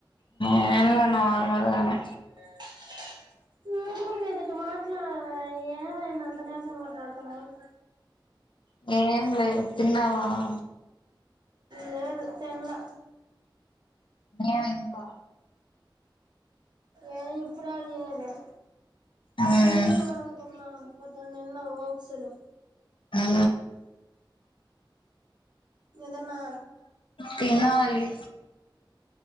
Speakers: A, on the left; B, on the right.
A: ఏం లే నార్మల్గానే.
B: <inaudible> తిరుమల <unintelligible> <unintelligible> ఏమైంది అంత నిరసంగ మాట్లాడుతున్నావ్.
A: ఏం లేదు తిన్నావా ఆ
B: లేదు తిన్లా
A: ఏమైంది నికా
B: ఏం ఇప్పుడు ఎవరు తినేది
A: మ్మ్
B: గిన్నెలు కడుగుతున్నా పొద్దున తిన్న ఓక్స్ లో
A: ఆ
B: నే పొద్దున్నా
A: తినాలి